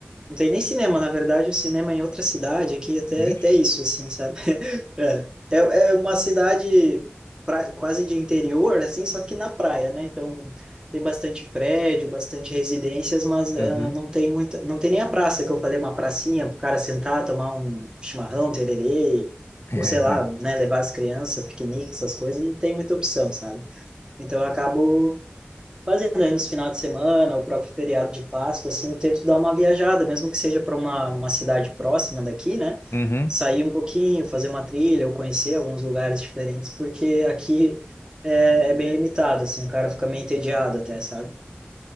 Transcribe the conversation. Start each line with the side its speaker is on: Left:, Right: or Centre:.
Right: Não tem nem cinema, na verdade, o cinema é em outra cidade, aqui é até,
Left: Vixe.
Right: até isso, assim, sabe? <laughs> É, é, é uma cidade pra, quase de interior, assim, só que na praia, né? Então, tem bastante prédio, bastante residências, mas ah,
Left: Uhum.
Right: não tem muita, não tem nem a praça, que eu falei, uma pracinha para o cara sentar, tomar um chimarrão, tererê,
Left: <laughs>
Right: ou sei lá, né, levar as crianças, piquenique, essas coisas, não tem muita opção, sabe? Então, eu acabo fazendo aí nos finais de semana, o próprio feriado de Páscoa, assim, eu tento dar uma viajada, mesmo que seja para uma, uma cidade próxima daqui, né?
Left: Uhum.
Right: Sair um pouquinho, fazer uma trilha, ou conhecer alguns lugares diferentes, porque aqui é, é bem limitado, assim, o cara fica meio entediado até, sabe?